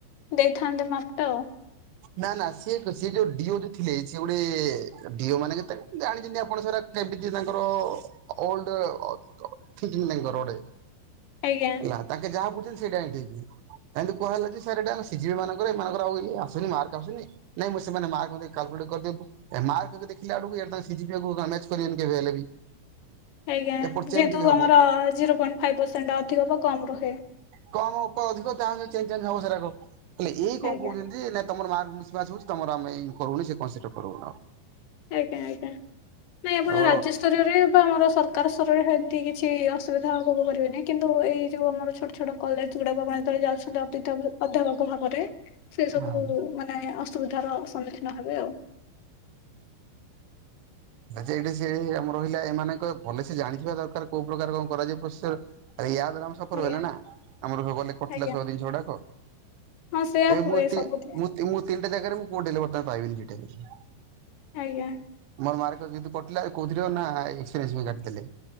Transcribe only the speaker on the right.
ନା ନା ସିଏ ସେ ଯୋଉ ଡିଓ ଟି ଥିଲେ, ସିଏ ଗୋଟେ ଡିଓ ମାନେ କେତେ ଜାଣିଛନ୍ତି ଆପଣ ସାରା କେମିତି ତାଙ୍କର ଓଲଡ ଥିଙ୍କିଂ ତାଙ୍କର ଗୋଟେ
ହେଲା ତାଙ୍କେ ଯାହା ବୁଝିବେ ସେଇଟା ହିଁ ଠିକ୍। ଏମିନ୍ତି କୁହାହେଲା କି ସାର୍ ଏଇଟା ସିଯିଏଲ୍ ଏ ମାନଙ୍କର ଆଉ ଆସୁନି ମାର୍କ ଆସୁନି। ନାଇଁ ମୁଁ ସେମାନେ ମା <unintelligible> କାଲକୁଲେଟ୍ କରିିଦିଅନ୍ତୁ। ଏ ମାର୍କ ଦେଖିଲା ଆଡ଼କୁ ଇଆଡ଼େ <unintelligible> କରିବେନି କେବେ ହେଲେ ବି।
ଏପଟ ଚେଞ୍ଜ
ଟିକେ ହବ
କମ୍ ଉପ ଅଧିକ ତାହେଲେ ଚେଞ୍ଜ ଚାଞ୍ଜ ହବ ସେରାକ ହେଲେ ଏଇ କଣ
କହୁଛନ୍ତି ନା ତମର ମାର୍କ ମିସ୍ ମ୍ୟାଚ୍ ହଉଛି ତମର ଆମେ କରୁନି ସେ <unintelligible> କର।
ଓ
ହଁ।
ଆଚ୍ଛା ଏଇଠି ସେ ଆମର ରହିଲା ଏମାନଙ୍କ ଭଲ ସେ ଜାଣିଥିବା ଦରକାର କୋଉ ପ୍ରକାର କଣ କରାଯାଇ ପ୍ର ଆରେ ୟା ଦ୍ଵାରା ଆମେ ସଫର
ହେଲେ ନା ଆମର ଗଲେ କଟିଲା
ସବୁ ଜିନିଷ ଗୁଡ଼ାକ।
ଏଇ
<unintelligible> ତିନିଟା
ଜାଗାରେ ମୁଁ କୋଉଠି ହେଲେ ବର୍ତ୍ତମାନ ପାଇବିନି <unintelligible>
ମୋର ମାର୍କ ଯେହେତୁ କଟିଲା କୋଉଥିରେ ନାଁ <unintelligible> ପାଇଁ କାଟି ଦେଲେ।